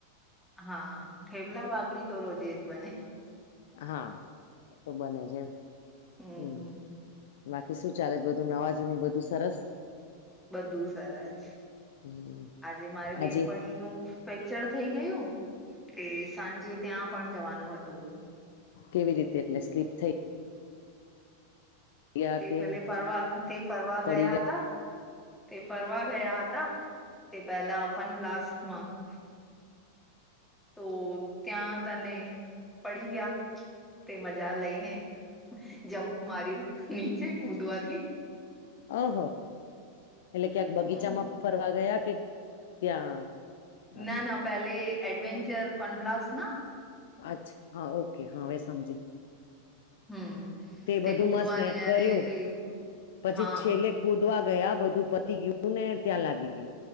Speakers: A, in the centre; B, on the left.
A: હા થેપલા ભાખરી તો રોજે જ બને.
B: હા એ તો બને જ એમ.
A: હમ
B: હમ્મ, બાકી શું ચાલે છે બધું નવાજુની બધું સરસ.
A: બધું સારજ,
B: હમ
A: આજે મારે
B: આજે
A: બેનપણીનું ફેક્ચર થઈ ગયું, તે સાંજે ત્યાં પણ જવાનું હતું.
B: કેવી રીતે એટલે સ્લીપ થઈ? ગયા
A: તે
B: કે
A: પેલે ફરવા તે ફરવા
B: પડી
A: ગયા હતા. તે ફરવા ગયા હતા, તે પેલા ફન બ્લાસ્ટમાં તો ત્યાં તને પડી ગયા. તે મજા લઈને જમ્પ માર્યું. નીચે કૂદવાથી
B: ઓહો, એટલે ક્યાંક
A: હમ
B: બગીચામાં ફરવા ગયા કે ત્યાં? હા
A: ના ના પહેલે એડવેન્ચર ફનબ્લાસના
B: અચ્છા હા ઓકે હા હવે સમજી
A: હમ્મ, તે
B: બધું
A: કુદવાની
B: મસ્ત કર્યું
A: એને તે
B: પછી
A: હા
B: છેલ્લે કૂદવા ગયા બધું પતી ગયું ને ત્યાં લાગી ગયું.